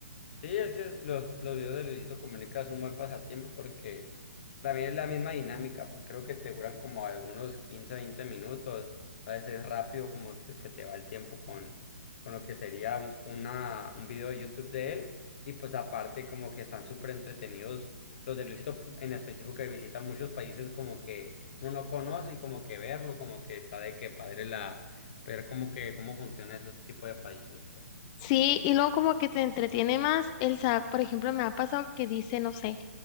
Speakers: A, on the left; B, on the left.
A: Sí, es que los, los videos de Luisito Comunica es un buen pasatiempo porque también es la misma dinámica, pues creo que te duran como algunos 15 20 minutos, entonces es rápido como te- se te va el tiempo con, con lo que sería un, una, un video de YouTube de él y pues aparte como que están súper entretenidos los de Luisito en específico que visitan muchos países como que uno no conoce y como que verlo, como que está de que padre la, ver como que cómo funciona esos tipos de países, pues.
B: Sí, y luego como que te entretiene más el saber, por ejemplo, me ha pasado que dice, no sé,